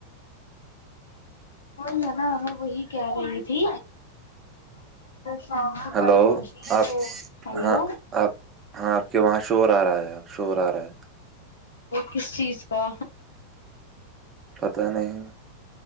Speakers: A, on the left (about 70°); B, on the right (about 25°).
A: میں نا ہاں وہی کہہ رہی تھی شام
B: ہلو
A: پائی ہوگی
B: آپ
A: تو ہلو
B: ہاں آپ ہاں آپ کے وہاں شور آ رہا ہے شور آ رہا ہے
A: کس چیز کا
B: پتہ نہیں